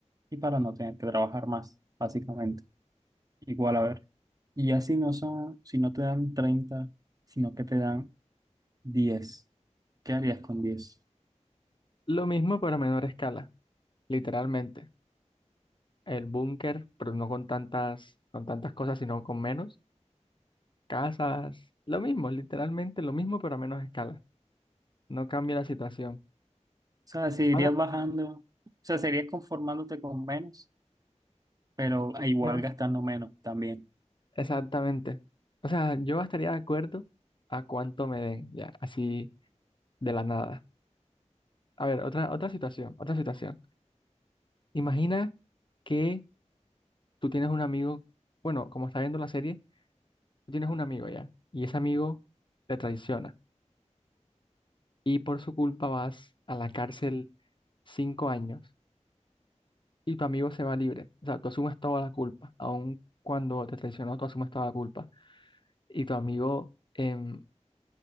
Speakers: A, on the right; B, on the left.
A: y para no tener que trabajar más, básicamente. Igual, a ver, y así no son, si no te dan 30, sino que te dan 10, ¿qué harías con 10?
B: Lo mismo pero a menor escala, literalmente. el búnker, pero no con tantas, con tantas cosas, sino con menos. Casas, lo mismo, literalmente lo mismo, pero a menos escala. No cambia la situación.
A: O sea, si irías
B: Ahora,
A: bajando, o sea, serías conformándote con menos, pero
B: diez
A: igual
B: millones.
A: gastando menos también.
B: exactamente. O sea, yo estaría de acuerdo a cuánto me den, ya, así de la nada. A ver, otra, otra situación, otra situación. Imagina que tú tienes un amigo, bueno, como está viendo la serie, tú tienes un amigo ya, y ese amigo te traiciona, y por su culpa vas a la cárcel cinco años. y tu amigo se va libre. O sea, tú asumes toda la culpa, aun cuando te traicionó, tú asumes toda la culpa. Y tu amigo em,